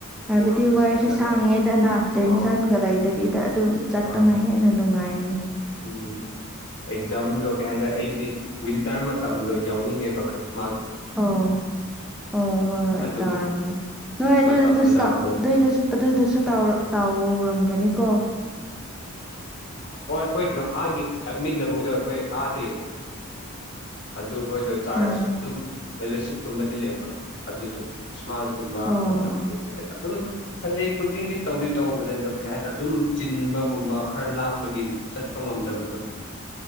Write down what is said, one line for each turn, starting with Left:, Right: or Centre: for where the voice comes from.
Centre: ꯍꯥꯏꯕꯗꯤ
Left: ꯀꯣꯔꯁ
Centre: ꯋꯥꯏꯁꯨ
Left: ꯂꯣꯏꯁꯤꯜꯂꯒ
Centre: ꯁꯪꯉꯦꯗꯅ ꯇꯦꯟꯁꯟꯒ
Left: ꯑ
Centre: ꯂꯩꯇꯕꯤꯗ ꯑꯗꯨꯝ ꯆꯠꯄꯅꯍꯦ
Left: ꯑ
Centre: ꯍꯦꯟꯅ ꯅꯨꯡꯉꯥꯏꯅꯤ
Left: ꯎꯝ ꯑꯦꯛꯖꯥꯝꯗꯣ ꯀꯩ ꯍꯥꯏꯇꯥꯔꯦ ꯑꯩꯗꯤ ꯋꯤꯟꯇꯔ ꯃꯇꯝꯗꯣ ꯌꯥꯎꯅꯤꯡꯉꯦꯕ ꯈ꯭ꯔꯤꯁ
Centre: ꯑꯣ ꯑꯣ ꯍꯣꯏ ꯍꯣꯏ
Left: ꯑꯗꯨ
Centre: ꯇꯧꯔꯝꯒꯅꯤ꯫ ꯅꯣꯏ ꯑꯗꯨꯗꯨꯗꯨꯁꯇ
Left: ꯃꯇꯝꯗꯨꯅ ꯑꯃꯨꯛ
Centre: ꯑꯗꯨꯢꯗꯨꯁ ꯑꯗꯨꯗꯨꯁꯨ ꯇꯧꯔꯝꯒꯅꯤ ꯀꯣ꯫
Left: ꯍꯣꯢ ꯑꯩꯈꯣꯏ <unintelligible> ꯑꯥ ꯒꯤ꯫ ꯊꯛꯃꯤꯟꯅꯕꯧꯗ ꯑꯩꯈꯣꯏ ꯍꯥꯗꯦ ꯑꯗꯨꯈꯣꯏꯗꯣ ꯆꯥꯔꯖ
Centre: ꯑꯣ
Left: ꯑꯗꯨꯝ ꯐꯦꯂꯣꯁꯤꯞꯀꯨꯝꯕꯗꯤ ꯂꯩꯕ ꯑꯗꯨꯗꯣ ꯈ꯭ꯔꯤꯁꯃꯥꯁꯀꯨꯝꯕ
Centre: ꯑꯣ
Left: ꯃꯇꯝꯗ
Centre: ꯑꯣ
Left: ꯆꯠꯂꯦꯗ ꯑꯗꯨꯝ ꯁꯟꯗꯦ ꯈꯨꯗꯤꯡꯒꯤ ꯇꯧꯗꯤ ꯇꯧꯕꯅꯦꯗꯣ ꯀꯩ ꯍꯥꯏꯇꯥꯔꯦ ꯑꯗꯨꯝ ꯆꯤꯟꯕꯒꯨꯝꯕ ꯈꯔ ꯂꯥꯞ ꯄꯒꯤ ꯆꯠꯄ ꯉꯝꯗꯕꯗꯣ꯫